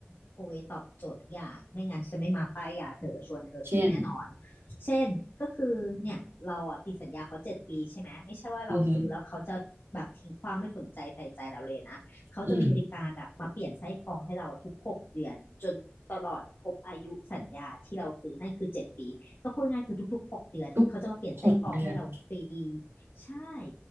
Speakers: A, on the left (about 75°); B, on the right (about 85°).
A: โคเวตอบโจทย์ทุกอย่างไม่งั้นฉันไม่มาป้ายยาเธอชวนเธอซื้อแน่นอน
B: เช่น
A: เช่นก็คือเนี่ยเราอ่ะติดสัญญาเขาเจ็ดปีใช่ไหมไม่ใช่ว่าเราซื้อแล้วเขาจะแบบทิ้งขว้างไม่สนใจใส่ใจเราเลยนะเขาจะมีบริการแบบมาเปลี่ยนไส้กรองให้เราอะทุกหกเดือนจนตลอดครบอายุสัญญาที่เราซื้อนั่นคือเจ็ดปีก็พูดง่ายคือทุกๆหกเดือนอะเขาจะมาเปลี่ยนไส้กรองให้เราฟรี
B: อือหึออืมทุกหกเดือน
A: ใช่